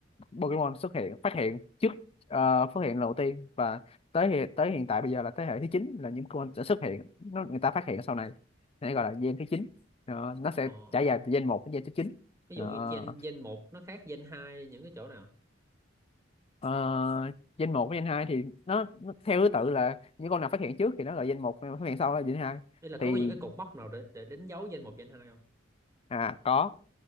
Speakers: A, on the left; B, on the right.
A: Pokemon xuất hiện phát hiện trước ờ, phát hiện lần đầu tiên và tới hiện, tới hiện tại bây giờ là thế hệ thứ chín là những con sẽ xuất hiện nó người ta phát hiện sau này nên gọi là gen thứ chín Đó, nó sẽ
B: ờ...
A: trải dài từ gen một đến gen thứ chín
B: ví
A: Đó.
B: dụ như gen gen một nó khác gen hai những cái chỗ nào
A: Ờ, gen một với gen 2 thì nó, nó theo thứ tự là những con nào phát hiện trước thì nó là gen một phát hiện sau là gen hai
B: đây là có
A: thì
B: những cái cột mốc nào để để đánh dấu gen một gen 2 không
A: à có